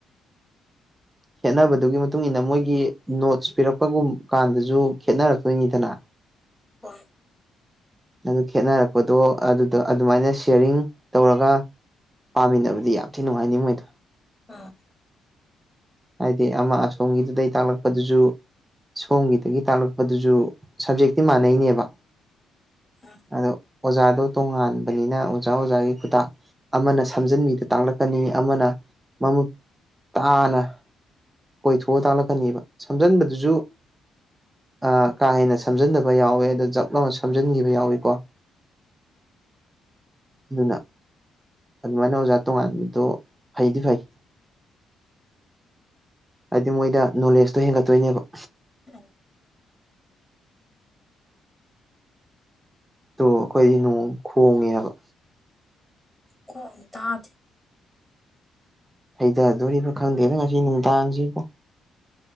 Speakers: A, on the right; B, in the centre.
A: ꯈꯦꯠꯅꯕꯗꯨꯒꯤ ꯃꯇꯨꯡ ꯏꯟꯅ ꯃꯣꯏꯒꯤ ꯅꯣꯠꯁ ꯄꯤꯔꯛꯄꯒꯨꯝ ꯀꯥꯟꯗꯁꯨ ꯈꯦꯠꯅꯔꯛꯇꯣꯏꯅꯤꯗꯅ
B: ꯍꯣꯏ
A: ꯑꯗꯨ ꯈꯦꯠꯅꯔꯛꯄꯗꯣ ꯑꯗꯨꯗ ꯑꯗꯨꯃꯥꯏꯅ ꯁꯤꯌꯥꯔꯤꯡ ꯇꯧꯔꯒ ꯄꯥꯃꯤꯟꯅꯕꯗꯤ ꯌꯥꯝ ꯊꯤ ꯅꯨꯡꯉꯥꯏꯅꯤ ꯃꯣꯏꯗꯣ
B: ꯑꯥ
A: ꯍꯥꯏꯗꯤ ꯑꯃ ꯑꯁꯣꯝꯒꯤꯗꯨꯗꯒꯤ ꯇꯥꯛꯂꯛꯄꯗꯨꯁꯨ ꯁꯣꯝꯒꯤꯗꯒꯤ ꯇꯥꯛꯂꯛꯄꯗꯨꯁꯨ ꯁꯞꯖꯦꯛꯇꯤ ꯃꯥꯟꯅꯩꯅꯦꯕ
B: ꯎꯝ
A: ꯑꯗꯣ ꯑꯣꯖꯥꯗꯣ ꯇꯣꯉꯥꯟꯕꯅꯤꯅ ꯑꯣꯖꯥ ꯑꯣꯖꯥꯒꯤ ꯈꯨꯇꯥꯛ ꯑꯃꯅ ꯁꯝꯖꯤꯟꯕꯤꯗ ꯇꯥꯡꯂꯛꯀꯅꯤ ꯑꯃꯅ ꯃꯃꯨꯠ ꯇꯥꯅ ꯀꯣꯏꯊꯣꯛꯑ ꯇꯥꯛꯜꯂꯛꯀꯅꯦꯕ ꯁꯝꯖꯟꯕꯗꯨꯁꯨ ꯑ ꯀꯥ ꯍꯦꯟꯅ ꯁꯝꯖꯟꯗꯕ ꯌꯥꯎꯋꯦ ꯑꯗꯣ ꯖꯞ ꯂ ꯁꯝꯖꯟꯈꯤꯕ ꯌꯥꯎꯏ ꯀꯣ ꯑꯗꯨꯅ ꯑꯗꯨꯃꯥꯏꯅ ꯑꯣꯖꯥ ꯇꯣꯉꯥꯟꯕꯗꯣ ꯐꯩꯗꯤ ꯐꯩ ꯍꯥꯏꯗꯤ ꯃꯣꯏꯗ ꯅꯣꯂꯦꯖꯇꯣ ꯍꯦꯟꯒꯠꯇꯣꯏꯅꯦꯕ
B: ꯎꯝ
A: ꯑꯗꯨ ꯑꯩꯈꯣꯏꯗꯤ ꯅꯣꯡ ꯈꯣꯡꯉꯦ ꯍꯥꯏꯕ
B: ꯀꯣ ꯇꯥꯗ
A: ꯍꯩꯊꯗꯣꯔꯤꯕ ꯈꯪꯗꯦꯗ ꯉꯁꯤ ꯅꯨꯡꯗꯥꯡꯁꯤꯣ